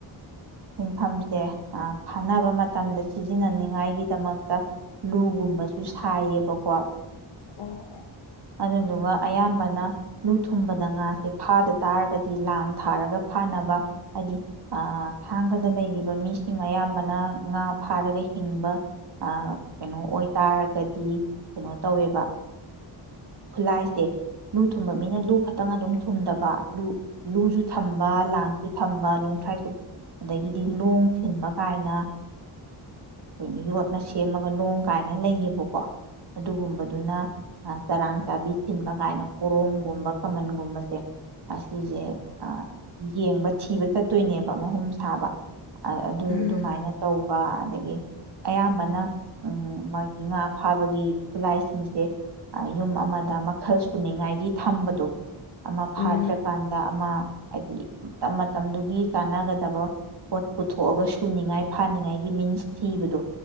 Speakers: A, on the right (about 55°); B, on the left (about 75°).
A: ꯁꯤꯟꯐꯝꯁꯦ ꯐꯥꯅꯕ ꯃꯇꯝꯗ ꯁꯤꯖꯤꯟꯅꯅꯤꯡꯉꯥꯏꯒꯤꯗꯃꯛꯇ ꯂꯨꯒꯨꯝꯕꯁꯨ ꯁꯥꯏꯌꯦꯕꯀꯣ
B: ꯑꯣ
A: ꯑꯗꯨꯗ ꯑꯗꯨ ꯋꯥ ꯑꯌꯥꯝꯕꯅ ꯂꯨ ꯊꯨꯝꯕꯗ ꯉꯥꯁꯦ ꯐꯥꯗ ꯇꯥꯔꯒꯗꯤ ꯂꯥꯡ ꯊꯥꯔꯒ ꯐꯥꯅꯕ ꯍꯥꯏꯗꯤ ꯊꯥꯡꯒꯗ ꯂꯩꯔꯤꯕ ꯃꯤꯁꯤꯡ ꯑꯌꯥꯝꯕꯅ ꯉꯥ ꯐꯥꯔꯒ ꯍꯤꯡꯕ ꯀꯩꯅꯣ ꯑꯣꯏꯇꯥꯔꯒꯗꯤ ꯀꯩꯅꯣ ꯇꯧꯋꯦꯕ ꯈꯨꯂꯥꯏꯁꯦ ꯂꯨ ꯊꯨꯝꯕ ꯃꯤꯅ ꯂꯨ ꯈꯛꯇꯪ ꯑꯗꯨꯝ ꯊꯨꯝꯗꯕ ꯂꯨ ꯂꯨꯁꯨ ꯊꯝꯕ ꯂꯥꯡꯁꯨ ꯊꯝꯕ ꯂꯣꯡꯊ꯭ꯔꯥꯏꯁꯨ ꯑꯗꯒꯤꯗꯤ ꯂꯣꯡ ꯊꯤꯟꯕ ꯀꯥꯏꯅ ꯀꯩꯅꯣ ꯌꯣꯠꯅ ꯁꯦꯝꯃꯒ ꯂꯣꯡ ꯀꯥꯏꯅ ꯂꯩꯌꯦꯕꯀꯣ ꯑꯗꯨꯒꯨꯝꯕꯗꯨꯅ ꯆꯔꯥꯡ ꯆꯥꯕꯤ ꯊꯤꯟꯕ ꯁꯨꯃꯥꯏꯅ ꯄꯣꯔꯣꯝꯒꯨꯝꯕ ꯀꯃꯟꯒꯨꯝꯕꯁꯦ ꯑꯁꯤꯁꯦ ꯌꯦꯡꯕ ꯊꯤꯕ ꯆꯠꯇꯣꯏꯅꯦꯕ ꯃꯍꯨꯝ ꯁꯥꯕ ꯑꯗꯨ
B: ꯎꯝ
A: ꯑꯗꯨꯃꯥꯏꯅ ꯇꯧꯕ ꯑꯗꯒꯤ ꯑꯌꯥꯝꯕꯅ ꯎꯝ ꯃꯥ ꯏ ꯐꯥꯕꯒꯤ ꯈꯨꯠꯂꯥꯏꯁꯤꯡꯁꯦ ꯌꯨꯝ ꯑꯃꯗ ꯃꯈꯜ ꯄꯨꯨꯅꯤꯡꯉꯥꯏꯒꯤ ꯊꯝꯕꯗꯣ ꯑꯃ
B: ꯎꯝ
A: ꯐꯥꯗ꯭ꯔꯀꯥꯟꯗ ꯑꯃ ꯍꯥꯏꯗꯤ ꯃꯇꯝ ꯃꯇꯝꯗꯨꯒꯤ ꯆꯥꯅꯒꯗꯕ ꯄꯣꯠ ꯄꯨꯊꯣꯛꯑꯒ ꯁꯨꯅꯤꯡꯉꯥꯏ ꯐꯥꯅꯤꯡꯉꯥꯏꯒꯤ ꯃꯤꯟꯁ ꯊꯤꯕꯗꯣ